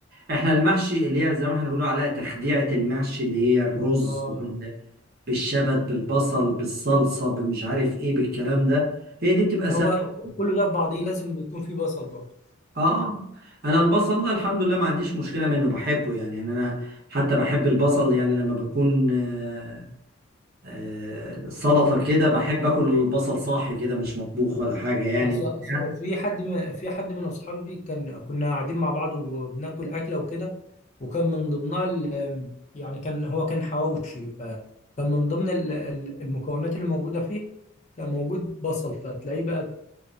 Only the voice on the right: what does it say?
احنا المحشي اللي هي زي ما احنا بنقول عليها تخديعة المحشي اللي هي الرز
بال- بالشبت بالبصل بالصلصة بالمش عارف ايه بالكلام ده هي دي بتبقى
سهلة
اه انا البصل لا الحمد لله ما عنديش مشكله منه بحبه يعني يعني انا حتى بحب البصل يعني لما بكون آه، آه، سلطه كده بحب اكل البصل صاحي كده مش مطبوخ ولا حاجه يعني
وبتاع.